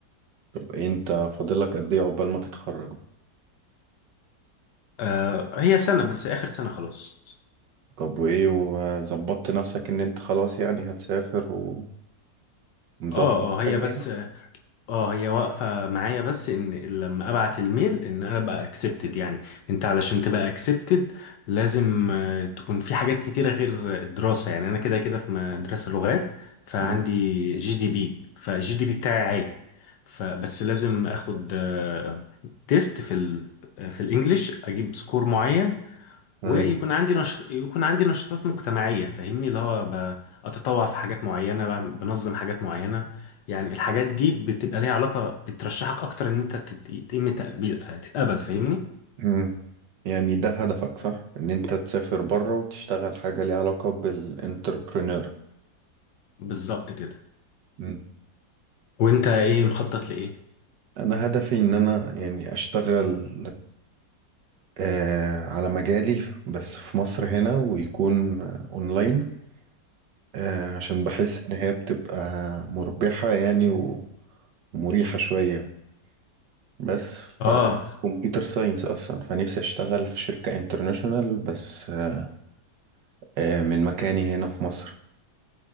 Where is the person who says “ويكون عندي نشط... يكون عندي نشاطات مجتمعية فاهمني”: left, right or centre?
Left